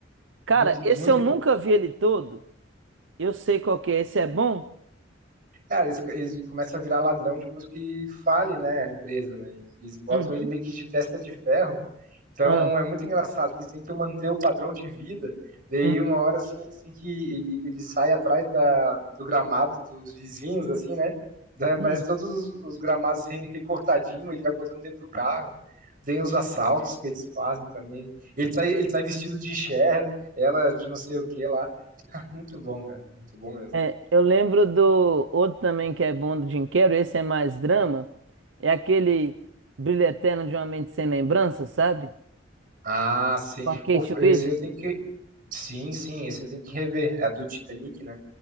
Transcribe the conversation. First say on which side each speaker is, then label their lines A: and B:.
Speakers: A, on the right (about 85°); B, on the right (about 50°).
A: Cara,
B: Muito, muito
A: esse eu nunca
B: bom.
A: vi ele todo. Eu sei qual que é. Esse é bom?
B: Cara, eles, eles começam a virar ladrão depois que fale, né, a empresa, né? Eles botam
A: Uhum.
B: ele meio que de testa de ferro. Então
A: Ah,
B: é muito engraçado, porque eles tentam manter o padrão de vida. Daí
A: hum.
B: uma hora assim, assim que ele, ele sai atrás da, do gramado dos vizinhos, assim, né? Daí aparece
A: Hum.
B: todos os, os gramados re- recortadinho, ele vai botando dentro do carro. Tem os assaltos que eles fazem também. Ele tá, ele tá vestido de Cher, ela de não sei o que lá. <laughs> Muito bom, cara. Muito bom mesmo.
A: É, eu lembro do outro também que é bom do Jim Carrey. Esse é mais drama. É aquele Brilho Eterno de uma Mente Sem Lembrança, sabe?
B: Ah, sim.
A: Com a Kate
B: Pô, eu,
A: Winslet.
B: esse eu tenho que, Sim, sim, esse tem que rever. É a do Titanic, né?